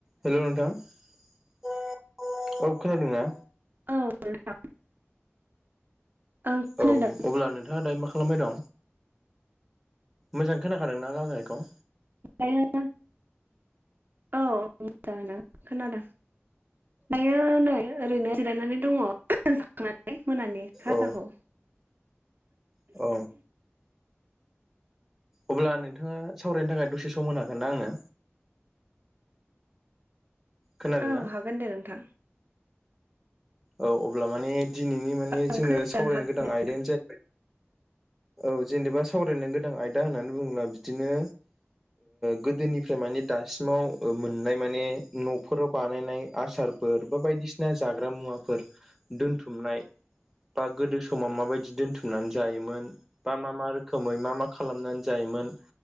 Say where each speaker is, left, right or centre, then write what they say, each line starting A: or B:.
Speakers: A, in the centre; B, on the right.
A: हेल' नोंथां औ खोनादोंना?
B: औ नोंथां। ओं खोनादों
A: औ अब्ला नोंथाङा दायो मा खालामबाय दं? मोजाङै खोनाखादोंना रायलायनायखौ?
B: ओमफायो औ मोजाङैनो खोनादों दायो नै ओरैनो जिरायनानै दङ। <unintelligible> मोनानि खाजाखौ।
A: औ औ। अब्ला नोंथाङा सावरायनो थाखाय दसे सम होनो हागोनना आंनो? खोनादोंना?
B: औ हागोन दे नोंथां।
A: औ अब्ला माने दिनैनि माने
B: ओं
A: जोङो
B: खोनादों
A: सावरायनो
B: हागोन
A: गोनां
B: दे
A: आयदायानो जा औ जेनेबा सावरायनो गोनां आयदा होननानै बुङोब्ला बिदिनो गोदोनिफ्राय माने दासिमाव मोननाय माने न'फोराव बानायनाय आसार फोर बा बायदिसिना जाग्रा मुवाफोर दोनथुमनाय बा गोदो समाव माबायदि दोनथुमनानै जायोमोन? बा मा मा रोखोमै मा मा खालामनानै जायोमोन